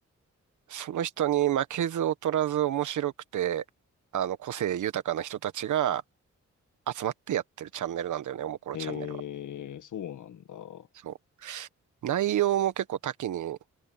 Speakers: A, on the right; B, on the left.
A: その人に負けず劣らず面白くて、あの、個性豊かな人たちが集まってやってるチャンネルなんだよね、おもころチャンネルは。
B: えー、そうなんだ。う
A: そう。内容も結構多岐に